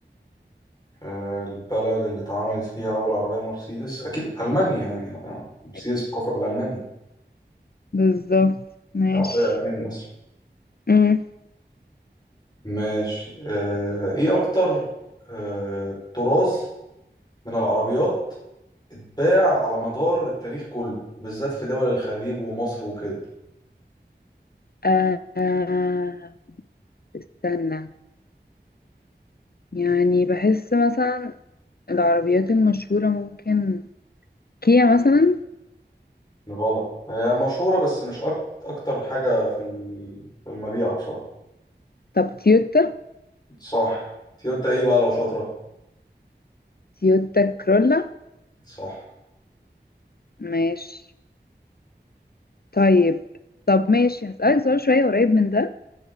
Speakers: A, on the left; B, on the left.
A: آه، البلد اللي اتعملت فيها أول عربية مرسيدس أكيد ألمانيا يعني أنا- مرسيدس
B: اكيد
A: معروفة بالألمانيا
B: بالظبط ماشي
A: عربية ألمانية أصلا
B: امم
A: ماشي آه، إيه أكتر آه، طراز من العربيات اتباع على مدار التاريخ كله وبالذات في دول الخليج ومصر وكده
B: آه آه، استنى يعني بحس مثلا العربيات المشهورة ممكن كيا مثلا
A: غلط هي مشهورة بس مش أك- أكتر حاجة في ال- في المبيع بصراحة
B: طب تويوتا
A: صح تيوتا ايه بقى لو شاطرة
B: تويوتا كرولا
A: صح
B: ماشي طيب طب ماشي هسألك سؤال شوية قريب من ده